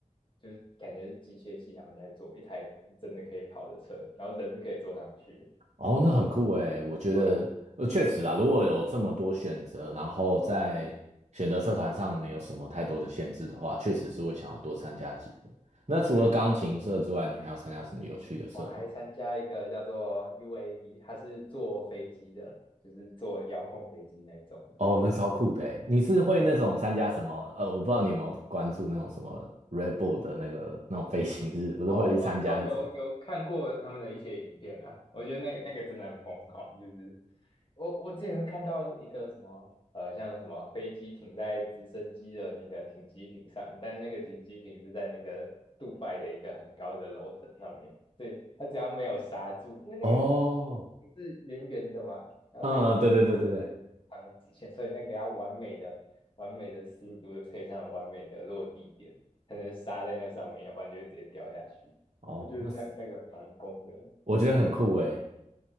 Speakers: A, on the left; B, on the right.
A: 就是感觉是机械系他们在做一台真的可以跑的车，然后人是可以坐上去的。
B: 哦，那很酷诶，我觉得呃确实啦，
A: 对啊，
B: 如果有这么多选择，然后在选择社团上没有什么太多的限制的话，确实是会想要多参加几个。那除了钢琴社之外，
A: 对，
B: 你还有参加什么有趣的社团？
A: 我还参加一个叫做 UAV，它是坐飞机的，就是坐遥控飞机那一种的。
B: 哦，那超酷的诶，你是会那种参加什么？呃，我不知道你有没有关注那种什么 Red Bull 的那个那种飞行日，不是会去参加那种？
A: 哦哦，有有有看过他们的一些影片啊，我觉得那个那个真的很疯狂，就是我我之前看到一个什么呃，像什么飞机停在直升机的那个停机坪上，但那个停机坪是在那个杜拜的一个很高的楼层上面，对，它只要没有刹住，因为那个
B: 哦，
A: 是圆圆的嘛，然后飞机
B: 嗯，对对对对对，
A: 长的直线，所以那个要完美的、完美的速度配上完美的落地点，才能刹在那上面，要不然就会直接掉下去。
B: 哦，
A: 我觉得那那个蛮疯的。
B: 那是。我觉得很酷诶。
A: 你就